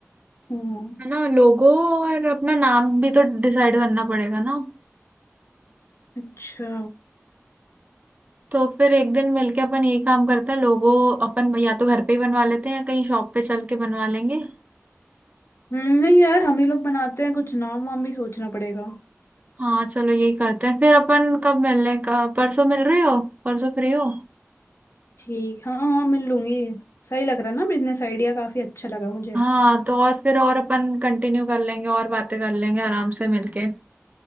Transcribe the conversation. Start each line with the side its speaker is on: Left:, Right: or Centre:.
Left: हम्म
Right: है ना लोगों और अपना नाम भी तो डिसाइड करना पड़ेगा ना
Left: अच्छा
Right: तो फिर एक दिन मिलके अपन ये काम करते हैं लोगों अपन या तो घर पे ही बनवा लेते हैं या कहीं शॉप पे चल के बनवा लेंगे
Left: हम्म, नहीं यार हम ही लोग बनाते हैं कुछ नाम वाम भी सोचना पड़ेगा
Right: हाँ चलो यही करते हैं फिर अपन कब मिलने का परसों मिल रही हो परसों फ्री हो
Left: ठीक हाँ हाँ हाँ, मिल लूंगी सही लग रहा है ना बिजनेस आइडिया काफी अच्छा लगा मुझे
Right: हाँ तो और फिर और अपन कंटिन्यू कर लेंगे और बातें कर लेंगे आराम से मिलके